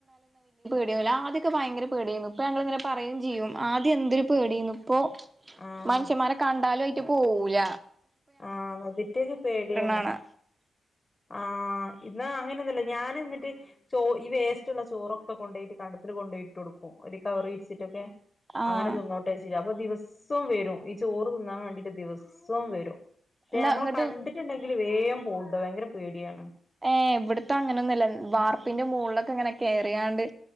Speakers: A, on the right (about 20°); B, on the left (about 25°).
A: പ ആദ്യൊക്കെ ഭയങ്കര പേടിയാരുന്നു ഇപ്പ ഞങ്ങൾങ്ങനെ പറയും ചെയ്യും ആദ്യം എന്തൊരു പേടി ആന്നു ഇപ്പോ
B: ആഹ്
A: മനുഷ്യമാരെ കണ്ടാലും പോഉല
B: ആഹ അതൊക്കെ ഒരു പേടിയാണ്
A: കാണാ
B: ആഹ ഇന്ന് അങ്ങനെയൊന്നുമല്ല ഞാൻ എന്നിട്ട് ചോ ഈ വേസ്റ്റുള്ള ചോറൊക്കെ കൊണ്ട ഒയിട്ട് കണ്ടത്തിൽ കൊണ്ടോയിട്ട് കൊടുക്കും ഒരു കവറി വിരിച്ചിട്ടൊക്കെ
A: ആഹ്
B: അങ്ങനെ തിന്നോട്ടേച്ചിട്ട് അപ്പ ദിവസവും വരും ഈ ചോറ് തിന്നാൻ വേണ്ടിട്ട് ദിവസവും വരും പക്ഷെ
A: എന്നാ
B: നമ്മെ
A: ഇങ്ങട്ട്
B: കണ്ടിട്ടുണ്ടെങ്കി എ വേഗം പോണ്ട് ഭയങ്കര പേടിയാണ്
A: ഏ ഇവിടത്തെ അങ്ങനൊന്നുംല്ല വാർ പിന്റെ മുകളിലൊക്കെ ഇങ്ങനെ കയറിയാണ്ട്